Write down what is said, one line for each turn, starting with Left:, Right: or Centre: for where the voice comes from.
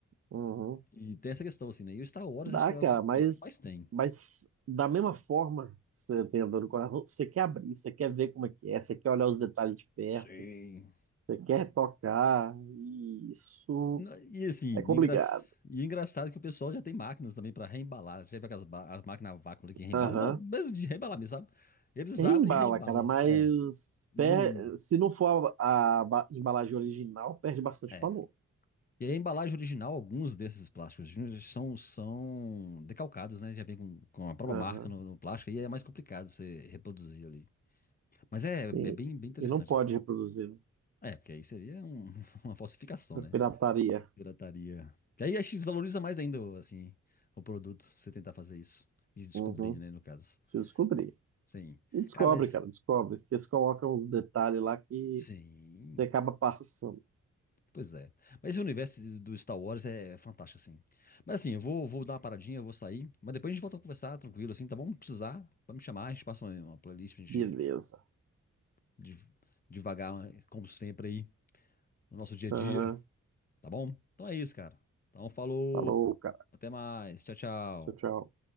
Right: uhum.
Left: E tem essa questão, assim, né? E o Star Wars
Right: Dá,
Left: acho que é
Right: cara,
Left: o que,
Right: mas,
Left: dos que mais tem.
Right: mas da mesma forma que você tem a dor no coração, você quer abrir, você quer ver como é que é, você quer olhar os detalhes de perto,
Left: Sim.
Right: você quer tocar, e isso
Left: Não, E assim,
Right: é complicado.
Left: engra... e engraçado é que o pessoal já tem máquinas também para reembalar. Você já vê aquelas ba- as máquinas a vácuo ali que reembalam?
Right: Aham.
Left: Não, mesmo de reembalar mesmo, sabe? Eles
Right: Embala,
Left: abrem e reembalam.
Right: cara, mas
Left: É, não.
Right: per- se não for a, a ba- embalagem original, perde bastante
Left: É.
Right: valor.
Left: E aí, a embalagem original, alguns desses plásticos são, são decalcados, né? Já vem com, com a própria
Right: Aham,
Left: marca no, no plástico, e é mais complicado você reproduzir ali. Mas é,
Right: Sim.
Left: é bem, bem interessante,
Right: E não pode
Left: assim.
Right: reproduzir. né?
Left: É, porque aí seria um- <laughs> uma falsificação,
Right: É
Left: né?
Right: Pirataria.
Left: Pirataria. E aí acho que desvaloriza mais ainda, assim, o produto, você tentar fazer isso. E descobrir,
Right: Uhum.
Left: né, no caso.
Right: Se descobrir.
Left: Sim.
Right: E descobre,
Left: Cara, mas.
Right: cara, descobre. Porque eles colocam uns detalhes lá que
Left: Sim.
Right: você acaba passando.
Left: Pois é. Mas esse universo do Star Wars é fantástico, assim. Mas assim, eu vou, vou dar uma paradinha, eu vou sair. Mas depois a gente volta a conversar tranquilo, assim, tá bom? Se Precisar, pode me chamar, a gente passa uma, uma playlist pra gente
Right: Beleza.
Left: de devagar como sempre, aí, no nosso dia a dia,
Right: Aham.
Left: tá bom? Então é isso, cara. Então falou.
Right: Falou, cara.
Left: Até mais. Tchau, tchau.
Right: Tchau, tchau.